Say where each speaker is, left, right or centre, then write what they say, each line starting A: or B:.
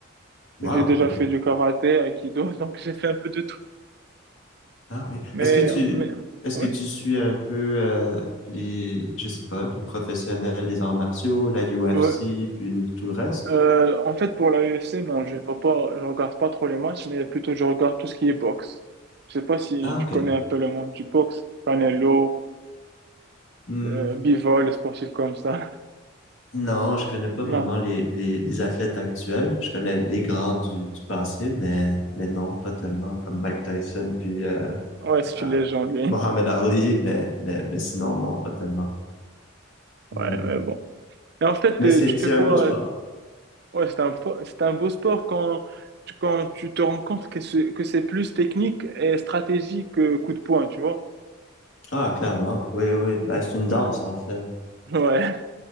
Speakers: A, on the left; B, on the right.
A: Wow,
B: J'ai déjà
A: ok.
B: fait du karaté, aikido, <laughs> donc j'ai fait un peu de tout.
A: Ah oui.
B: Mais,
A: Est-ce que tu...
B: mais,
A: Est-ce
B: ouais.
A: que tu suis un peu euh, les... Je sais pas, les professionnels des arts martiaux, la UFC,
B: Ouais.
A: puis tout le reste?
B: Euh, en fait, pour la UFC, non, je vois pas, je regarde pas trop les matchs, mais plutôt je regarde tout ce qui est boxe. Je sais pas si
A: Ah, ok.
B: tu connais un peu le monde du boxe, Canelo,
A: Hmm.
B: euh, Bivol, les sportifs comme ça. <laughs>
A: Non, je connais pas
B: Non.
A: vraiment les, les, les athlètes actuels. Je connais les grands du, du passé, mais, mais non, pas tellement, comme Mike Tyson puis euh,
B: Ouais, c'est
A: euh,
B: une légende, lui.
A: Mohamed Ali, mais, mais, mais sinon, non, pas tellement. Ouais.
B: Ouais, mais bon. Et en fait,
A: Mais
B: euh,
A: c'est,
B: tu fais
A: c'est
B: quoi?
A: un beau sport.
B: euh, Ouais, c'est un, fo- c'est un beau sport quand tu, quand tu te rends compte que c'est, que c'est plus technique et stratégique que coup de poing, tu vois?
A: Ah, clairement. Oui, oui. Ben, c'est une
B: Ouais.
A: danse, en fait.
B: <laughs> Ouais.